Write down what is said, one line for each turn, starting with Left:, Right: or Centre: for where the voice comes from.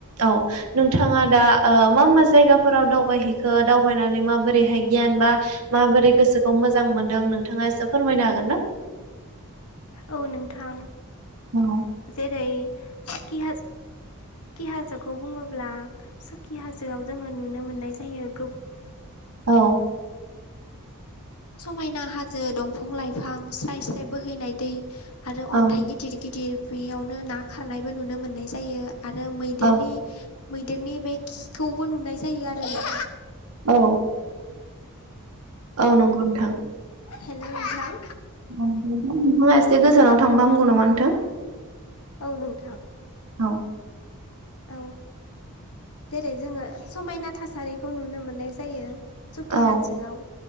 Right: औ नोंथाङा दा मा मा जायगाफोराव दावबायहैखो दावबायनानै माबोरैहाय गियान बा माबोरै गोसोखौ मोजां मोनदों नोंथाङा एसे फोरमायनो हागोन ना?
Left: औ नोंथां
Right: औ
Left: जेरै सुकि हाज हाजोखौ बुङोब्ला सुकि हाज जोआव जोङो नुनो मोननाय जायो गोब
Right: औ
Left: समायना हाजो दंफां लाइफां स्राय स्राय बोहैनाय दै आरो
Right: औ
Left: अन्थाइ गिद गिदिर गिदिर बेयावनो ना खारनायबो नुनो मोननाय जायो आरो मैदेरनि
Right: औ
Left: मैदेरनि बे खिखौबो नुनाय जायो आरोना
Right: औ औ नंगौ नोंथां
Left: हेलौ नोंथां
Right: नोंथाङा एसे गोजानाव थांबा हामगौ नामा नोंथां
Left: औ नोंथां
Right: औ
Left: औ जेरै जोङो समायना थासारिखौ नुनो मोननाय जायो सखि
Right: औ
Left: हाजोआव